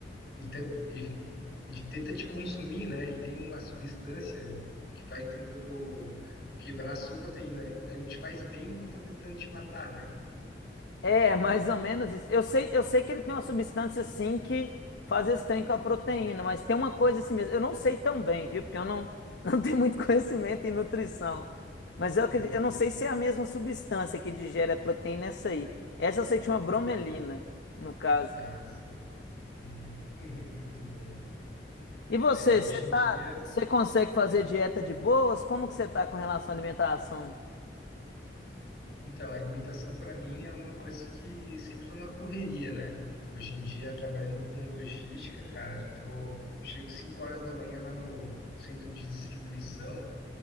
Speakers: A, on the left; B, on the left.
A: ele, te- ele- ele tenta te consumir, né? Ele tem uma substância que vai tentando quebrar a sua proteína, né? Então ele te faz bem enquanto tá tentando te matar, né?
B: É, mais ou menos isso. Eu sei, eu sei que ele tem uma substância assim que faz esse trem com a proteína, mas tem uma coisa assim mesmo. Eu não sei tão bem, viu? Porque eu não, <laughs> não tenho muito conhecimento em nutrição. Mas eu acredito,
A: Hum.
B: eu não sei se é a mesma substância que digere a proteína essa aí. Essa eu sei que chama bromelina,
A: Uhum.
B: no caso.
A: Ah, sim. Uhum. <laughs> Muito bom.
B: E você,
A: É, hoje
B: você
A: em
B: tá,
A: dia,
B: você consegue fazer dieta de boas? Como que você tá com relação à alimentação?
A: então, a alimentação para mim é uma coisa que sempre tô na correria, né? Hoje em dia, trabalhando com logística, cara, tô, chego 5 horas da manhã lá no, no centro de distribuição